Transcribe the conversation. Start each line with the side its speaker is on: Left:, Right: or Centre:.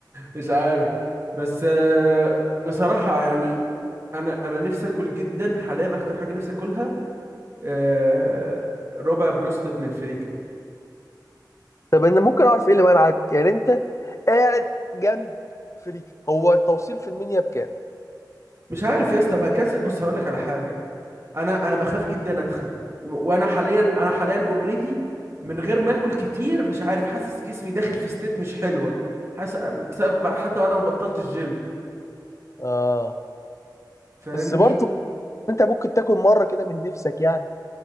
Right: مش عارف بس آه، بصراحة يعني أنا أنا نفسي أكل جدا حاليا أكتر حاجة نفسي أكلها آه، ربع بروستد من فريكة
Left: طب انا ممكن اعرف ايه اللي منعك يعني انت قاعد جنب فريك هو التوصيل في المنيا بكام
Right: مش عارف يا اسطى بكسل بص هقول لك على حاجة انا انا بخاف جدا اتخن وانا حاليا انا حاليا اوريدي من غير ما اكل كتير مش عارف حاسس جسمي داخل في ستيت مش حلوه حاسس بسبب حتى بعد ما بطلت الجيم
Left: اه
Right: فاهمني
Left: بس برضه انت ممكن تاكل مره كده من نفسك يعني